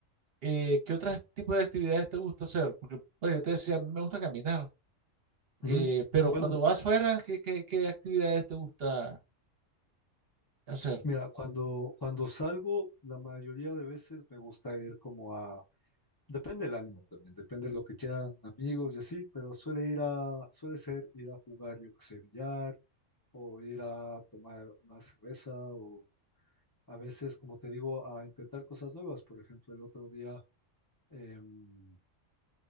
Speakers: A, on the right (about 55°); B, on the left (about 30°).
A: eh, ¿qué otros tipos de actividades te gusta hacer? Porque, pues, yo te decía, a mí me gusta caminar,
B: Ujú.
A: eh, pero
B: Bueno,
A: cuando vas fuera, ¿qué, qué, qué actividades te gusta hacer?
B: mira, cuando, cuando salgo, la mayoría de veces me gusta ir como a, depende del ánimo también, depende de lo que quieran amigos y así, pero suele ir a, suele ser ir a jugar, yo que sé, billar, o ir a tomar una cerveza, o a veces, como te digo, a intentar cosas nuevas. Por ejemplo, el otro día, em,